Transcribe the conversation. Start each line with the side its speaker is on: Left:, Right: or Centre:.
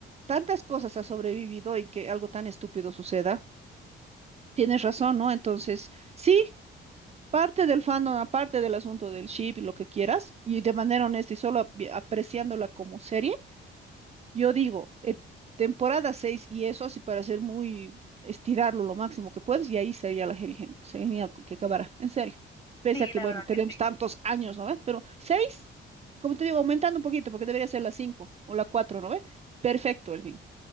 Right: tantas cosas ha sobrevivido y que algo tan estúpido suceda. Tienes razón, ¿no? Entonces, sí, parte del fandom, aparte del asunto del ship y lo que quieras, y de manera honesta y solo ap- apreciándola como serie. Yo digo, eh, temporada 6 y eso así para ser muy estirarlo lo máximo que puedes y ahí sería la genial, genial que acabará, en serio. Pese
Left: Sí,
Right: a que,
Left: la
Right: bueno,
Left: verdad
Right: tenemos
Left: que sí.
Right: tantos años, ¿no ves? Pero 6 como te digo, aumentando un poquito porque debería ser la 5 o la cuatro ¿no ves? Perfecto, Elvin,